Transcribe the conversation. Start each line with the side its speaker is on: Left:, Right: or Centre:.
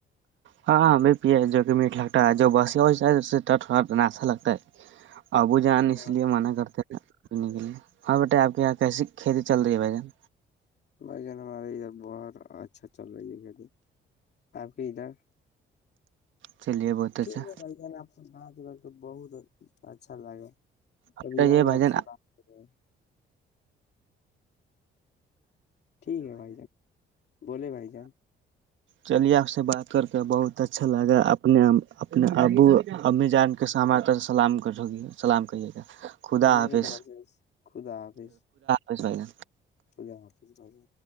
Right: ہاں ہم بھی پ جو کہ میٹ لگتا ہے جو بسی اس سےٹٹ ناشا لگتا ہے ابو جان اس
Left: ہاں
Right: لیے منع کرتے تھ پنے کے لیے ہاں بیٹا آپ کے یہاں کیسی کھیتی چل رہی ہے بھائی جان
Left: بھ جن ہمارے ادھر بہت اچھا چل رہی ہے ک دن آپ کی ادھر
Right: چلیے بہت اچا
Left: ٹھیک ہے بھائی جان آپ بات گات کے بہت اچھا لگا
Right: اچھا
Left: کبھی اور
Right: یہ بھائی
Left: آپ
Right: جان
Left: سے بات کر رہے ہیں ٹھیک ہے بھائی جان بولے بھائی جان
Right: چلیے آپ سے بات کر کے بہت اچھا لگا اپنے اپنے ابو امی جان کے س ہمار طرح سلامی سلام کریے گا خدا
Left: میرے
Right: حافظ
Left: طرف سے خدا حافظ
Right: کس بھ گا
Left: خلہ حافظ رہا